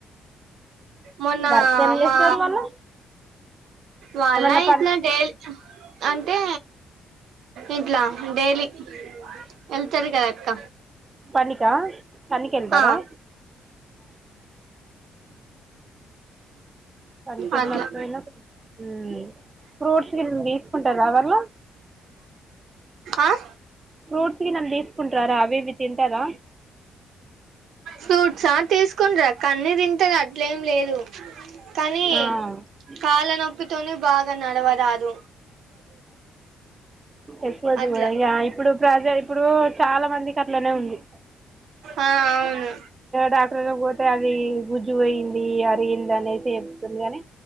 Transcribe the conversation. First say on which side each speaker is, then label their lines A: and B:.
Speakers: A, on the right; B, on the right.
A: మొన్న
B: వర్క్ ఏం చేస్తారు
A: మా
B: వాళ్ళు
A: వాళ్ళ
B: ఏమన్నా పని
A: ఇట్లా డై అంటే ఇంట్లా డైలీ వెళ్తురి కద అక్క
B: పనికా పనికి వెళ్తారా
A: ఆ
B: పనికి వెళ్ళినప్పుడైనా
A: అ అట్లా
B: ఉమ్. ఫ్రూట్స్ గిన తీసుకుంటారా వాళ్ళు
A: ఆ
B: ఫ్రూట్స్ గిన తీసుకుంటారా అవి ఇవి తింటారా
A: ఫైట్స్ ఆ తీస్ తీసుకుంటార్ అక్క అని తినటం అట్లేమీ లేదు కానీ
B: ఆ.
A: కళా నొప్పితోనే బాగా నడవ రాదు
B: ఎక్కువది
A: అట్లా
B: కూడా ఇ ఇప్పుడు ప్రజ ఇప్పుడు చాలా మంది అట్లనే ఉంది
A: ఆ అవును
B: డాక్టర్ లో పోతే అది గుజ్జు అయింది అరిగింది అనే చెపుతుంది కాని